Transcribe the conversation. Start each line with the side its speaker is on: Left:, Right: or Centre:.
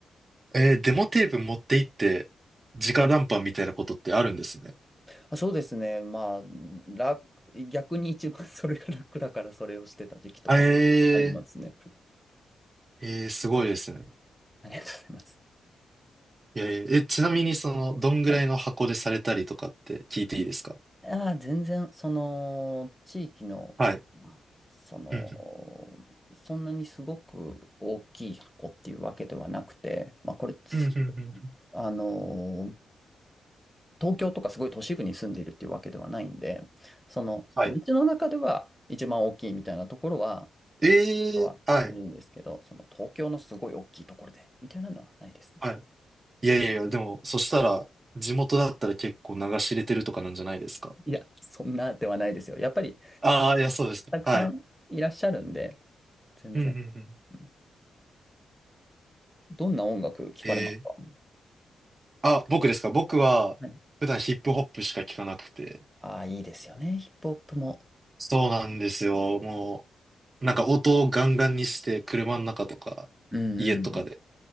Right: えーデモテープ持って行って、直談判みたいなことってあるんですね。
Centre: あ、そうですね。まあ、楽、逆に一番 <laughs> それが楽だからそれをしてた時期とかもありますね。
Right: えー、えーすごいですね。
Centre: ありがとうございます。
Right: いやいや、え、ちなみにその、どんぐらいの箱でされたりとかって聞いていいですか
Centre: はいああ、全然、その、地域の、
Right: はい。
Centre: まあ、その、
Right: うん
Centre: そんなにすごく大きい箱っていうわけではなくて、まあ、これってす、
Right: うんうんうんうんうん
Centre: あの、東京とかすごい都市部に住んでいるっていうわけではないんで、その街の中では一番大きいみたいなところは、
Right: はい。え
Centre: はあるんですけど、
Right: ー、はい。
Centre: その東京のすごい大きいところでみたいなのはないですね。
Right: はい。いやいやいや、でも、そしたら、地元だったら結構流し入れてるとかなんじゃないですか。
Centre: いや、そんなではないですよ。やっぱり、
Right: ああ、いや、そうですか。
Centre: たくさんいらっしゃるんで、
Right: はい。
Centre: 全然。
Right: うんうんうん。
Centre: うんどんな音楽聞かれますか
Right: えー、あ、僕ですか。僕は、
Centre: はい。
Right: 普段ヒップホップしか聞かなくて。
Centre: ああ、いいですよね。ヒップホップも。
Right: そうなんですよ。もう、なんか音をガンガンにして、車の中とか、
Centre: うんうん。
Right: 家とかで